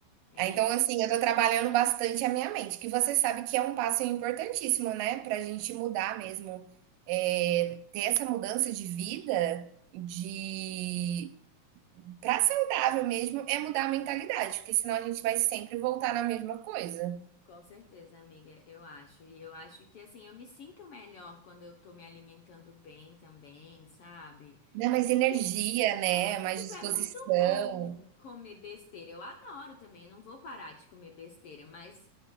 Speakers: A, on the left; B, on the right.
A: é
B: É, Então,
A: isso.
B: assim, eu tô trabalhando bastante a minha mente, que você sabe que é um passo importantíssimo, né? Pra gente mudar mesmo, é, ter essa mudança de vida, de pra saudável mesmo, é mudar a mentalidade, porque senão a gente vai sempre voltar na mesma coisa.
A: Com certeza, amiga, eu acho. E eu acho que, assim, eu me sinto melhor quando eu tô me alimentando bem também, sabe?
B: Dá mais energia,
A: Porque
B: né?
A: é,
B: Mais
A: tipo,
B: disposição.
A: é muito bom comer besteira. Eu adoro também, eu não vou parar de comer besteira, mas.